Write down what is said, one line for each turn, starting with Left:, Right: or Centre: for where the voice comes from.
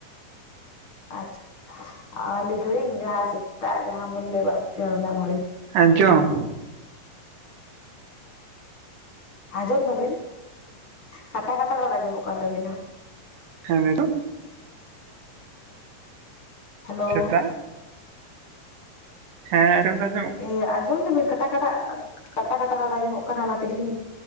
Left: ᱟᱪᱷᱟ ᱟ ᱞᱟᱹᱭ ᱫᱟᱞᱤᱧ ᱡᱟᱦᱟᱸ ᱥᱮᱛᱟᱜ ᱡᱟᱦᱟᱸ ᱵᱚᱱ ᱞᱟᱹᱭᱟ ᱵᱟᱥᱠᱮ ᱡᱟᱦᱟᱸ <inaudible>
Right: ᱟᱡᱚᱢ ᱾
Left: ᱟᱸᱡᱚᱢ ᱫᱟᱵᱤᱱ ᱠᱟᱴᱟ ᱠᱟᱴᱟ ᱨᱚᱲ ᱟᱸᱡᱚᱢᱚᱜ ᱠᱟᱱ ᱛᱟᱹᱵᱤᱱᱟ ᱾
Right: <unintelligible>
Left: ᱦᱮᱞᱳ
Right: ᱥᱮᱛᱟᱜ
Left: ᱾
Right: ᱦᱮᱸ ᱟᱸᱡᱚᱢ ᱫᱚ ᱟᱸᱡᱚᱢᱜ
Left: ᱮᱸ ᱟᱸᱡᱚᱢ ᱫᱟᱵᱤᱱ ᱠᱟᱴᱟ ᱠᱟᱴᱟᱜ ᱠᱟᱴᱟ ᱠᱟᱴᱟ ᱨᱚᱲ ᱟᱸᱡᱚᱢᱚᱜ ᱠᱟᱱᱟ ᱚᱱᱟ ᱛᱮᱜᱮᱞᱤᱧ